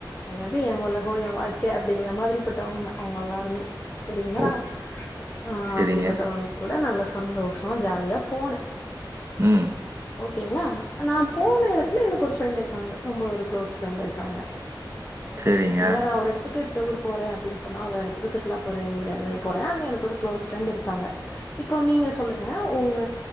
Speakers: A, on the left; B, on the right.
A: அதாவது ஏ ஒலகோ வாழ்க்கை அப்டிங்கிற மாதிரி பட்டவங்க அவங்க எல்லாருமே செரிங்களா
B: ஓ
A: ஆஹ்
B: செரிங்க
A: அப்டிப்பட்டவங் கூட நல்லாஸ் சந்தோஷோ ஜாலியா போனே
B: ம்
A: ஓகேங்ளா நா போன எடத்துல எனக்கு ஒரு ஃப்ரெண்ட் இருக்காங்க ரொம்ப ஒரு க்ளோஸ் ஃப்ரெண்ட் இருக்காங்க
B: செரிங்க
A: ஓகேங்ளா நா ஒரு எடத்துக்கு டூர் போறே அப்டின்னு சொன்னா அது எடத்துக்கு சுற்றுலா போறேங்றது போறே அங்க எனக்கு ஒரு க்ளோஸ் ஃப்ரெண்ட் இருக்காங்க இப்பொ பொ நீங்க சொல்லுங்க ஒங்க